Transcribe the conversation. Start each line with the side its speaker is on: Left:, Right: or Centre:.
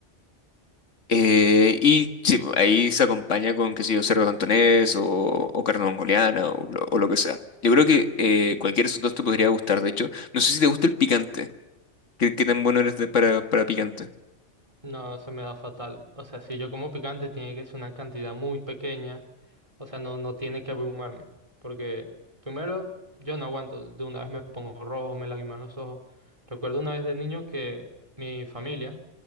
Left: Eh, y sí, ahí se acompaña con, qué sé yo, cerdo cantonés o, o carne mongoliana o lo, o lo que sea. Yo creo que eh, cualquier de esos dos te podría gustar, de hecho. No sé si te gusta el picante. ¿Qué, qué tan bueno eres de- para, para picante?
Right: No, se me da fatal. O sea, si yo como picante, tiene que ser una cantidad muy pequeña. O sea, no, no tiene que abrumarme. Porque primero, yo no aguanto. De una vez me pongo rojo, me lagriman los ojos. Recuerdo una vez de niño que mi familia,